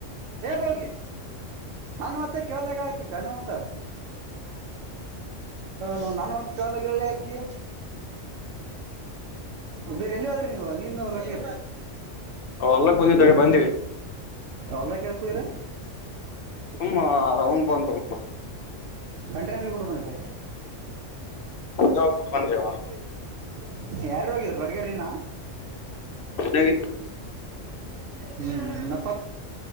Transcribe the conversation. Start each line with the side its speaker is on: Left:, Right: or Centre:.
Right: ಬೌಗೆಿ ನನ್ ಮತ್ತೆ ಕೇಳಳಾಗ ಹಾಕಿ ಗಂಡ ಮತ ನು ನನ್ವತ್ ಕಾಲ ಹೇಳಿ ಯಕಿ ಬೇರೆ ಎಲ್ಲಿ ಹದ್ರಿ ನೀವು ನೀನು ಲೊಟ್ಟಿಗೆ
Left: ಹೊಲ್ಲಕ್ ಬಂದಿದ್ದಳಿ ಬಂದಿವವಿ
Right: ಅವಲ್ದ ಕುಯ್ರ
Left: ತುಂಬಾ ಆನ್ ಬಂತರ
Right: ಕಂಟ್ರಿನಲ್ಲಿ ಬಿಟ್ಟು ಬಂದಿರಿ
Left: ಾವ ಕುಟಕೊಂಡೇವ
Right: <unintelligible> ಯಾರ ಹೋಗಿದ್ರು ಲಡ್ಗಾರ ನೀನಾ
Left: ಾಗಿದ
Right: ಹ್ಮ್ ನಕ್ಕತ್